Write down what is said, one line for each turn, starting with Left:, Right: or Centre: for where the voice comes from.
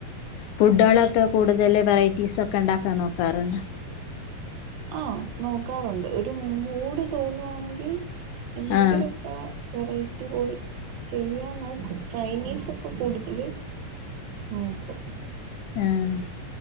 Left: ഫുഡളൊക്കെ കൂടുതല് വെറൈറ്റീസൊക്ക ഇണ്ടാക്കാ നോക്കാറ്ണ്ടോ
Right: ആഹ് നോക്കാറുണ്ട് ഒരു മൂഡ് തോന്നുവാണെങ്കി എന്തെങ്കിലൊക്ക
Left: ആഹ്
Right: വെറൈറ്റി പോയി ചെയ്യാ നോക്കും ചൈനീസൊക്കെ കൂടുതല് നോക്കും
Left: ആഹ്